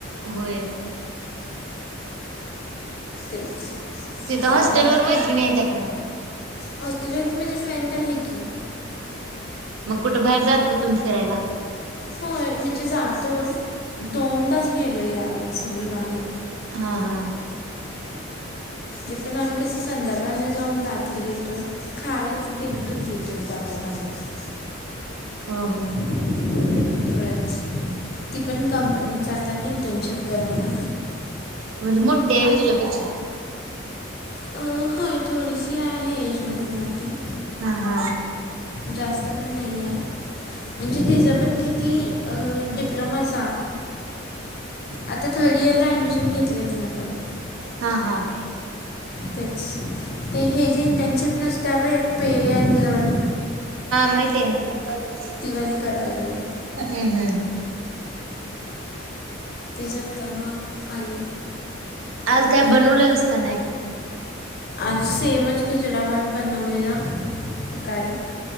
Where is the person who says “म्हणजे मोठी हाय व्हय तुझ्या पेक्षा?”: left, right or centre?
Right